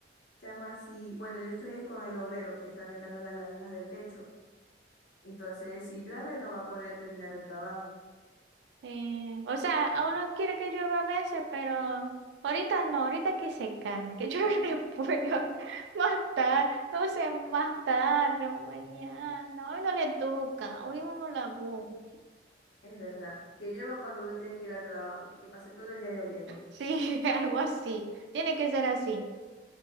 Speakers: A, on the left (about 70°); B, on the right (about 75°).
A: Chama, sí. Bueno, yo estoy es con el obrero que está arreglando las láminas del techo. Entonces, si llueve, no va a poder terminar el trabajo.
B: eh, o sea, a uno quiere que llueva a veces, pero ahorita no, ahorita que se calme, que llueva <laughs> después, más tarde, no sé, más tarde o mañana. Hoy no le toca, hoy uno la busca.
A: Es verdad. Que llueva cuando uno tiene que ir al trabajo y que pase todo el día lloviendo. <laughs>
B: Sí, <laughs> algo así. Tiene que ser así.